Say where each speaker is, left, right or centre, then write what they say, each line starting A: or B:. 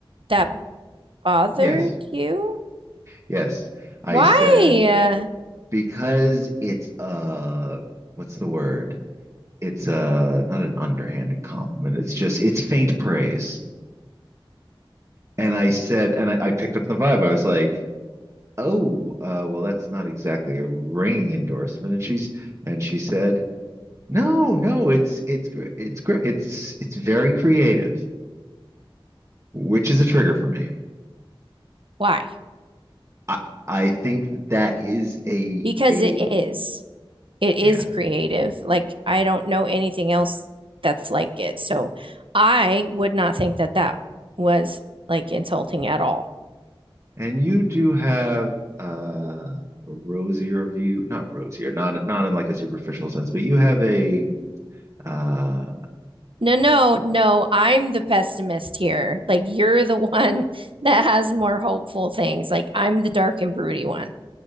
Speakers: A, on the right (about 70°); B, on the right (about 35°).
A: that bothered
B: Yes,
A: you?
B: yes. I
A: Why?
B: said,
A: Uh,
B: because it's a what's the word? It's a not an underhanded compliment. It's just it's faint praise. And I said, and I, I picked up the vibe. I was like, "Oh, uh, well, that's not exactly a ringing endorsement." And she's and she said, No, no, it's it's gr- it's great. It's it's very creative, which is a trigger for me.
A: why?
B: I I think that is a
A: Because
B: a
A: it is. It is
B: yeah.
A: creative. Like I don't know anything else that's like it. So I would not think that that was like insulting at all.
B: And you do have uh, a rosier view, not rosier, not not in like a superficial sense, but you have a uh,
A: No, no, no. I'm the pessimist here. Like you're the <laughs> one that has more hopeful things. Like I'm the dark and broody one.